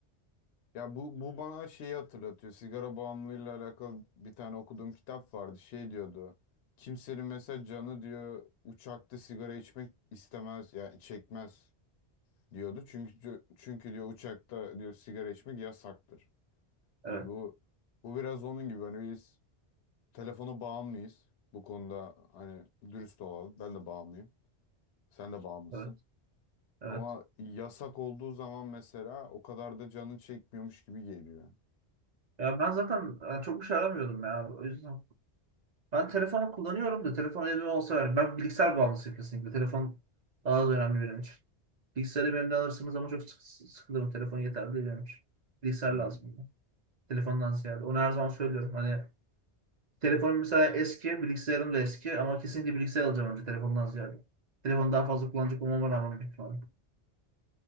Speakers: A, on the left; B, on the right.
A: Ya bu, bu bana şeyi hatırlatıyor. Sigara bağımlılığıyla alakalı bir tane okuduğum kitap vardı. Şey diyordu. Kimsenin mesela canı diyor uçakta sigara içmek istemez. Yani çekmez. diyordu. Çünkü çünkü diyor uçakta diyor sigara içmek yasaktır. Hani
B: Evet,
A: bu bu biraz onun gibi hani biz telefona bağımlıyız. Bu konuda hani dürüst olalım. Ben de bağımlıyım. Sen de bağımlısın.
B: evet, evet.
A: Ama yasak olduğu zaman mesela o kadar da canın çekmiyormuş gibi geliyor.
B: Ya ben zaten yani çok bir şey aramıyordum ya. O yüzden ben telefonu kullanıyorum da telefon elime olsa ver. Ben bilgisayar bağımlısıyım kesinlikle. Telefon daha az önemli benim için. Bilgisayarı benimden alırsınız ama çok sık, sıkılırım. Telefon yeterli değil benim için. Bilgisayar
A: Hmm.
B: lazım. bana. Telefondan ziyade. Onu her zaman söylüyorum. Hani telefonum mesela eski, bilgisayarım da eski ama kesinlikle bilgisayar alacağım önce telefondan ziyade. Telefonu daha fazla kullanacak olmama rağmen büyük ihtimalle.